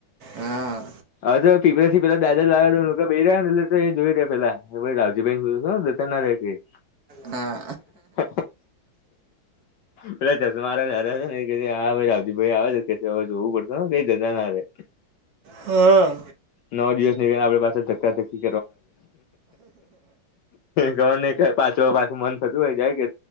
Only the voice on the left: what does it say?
હવે તો પીપળ થી પેલા દાદર લાગે લોકો બેહી રહ્યા એટલે તો એ જોઈ રહ્યા પેલા રાવજી ભઈ.
<unintelligible> પેલા ચશ્માંવાળા દાદા છે ને એ કહે હા ભાઈ રાવજી આવે તે હવે જવું પડશે. તો કંઈ જતા ના રહે.
નવ દિવસ નીકડે આપડે પાસા ધક્કાધક્કી કરવાના છે. પાછો પાછું મન થતું હોય જાય કે